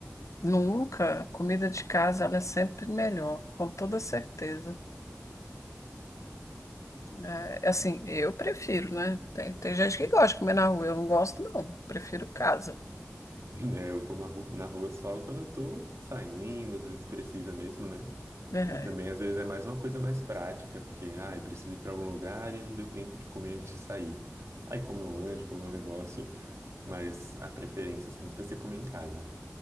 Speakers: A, on the left; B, on the right.
A: Nunca. A comida de casa ela é sempre melhor, com toda certeza. É, é assim, eu prefiro, né? Tem, tem gente que gosta de comer na rua, eu não gosto, não. Prefiro casa.
B: É, eu como a ru- na rua só quando eu tô saindo, às vezes precisa mesmo, né?
A: É,
B: E também, às vezes, é mais uma coisa mais prática, porque, ai, preciso ir pra algum lugar e não deu tempo de comer antes de sair. Aí come um lanche, come um negócio, mas a preferência sempre vai ser comer em casa.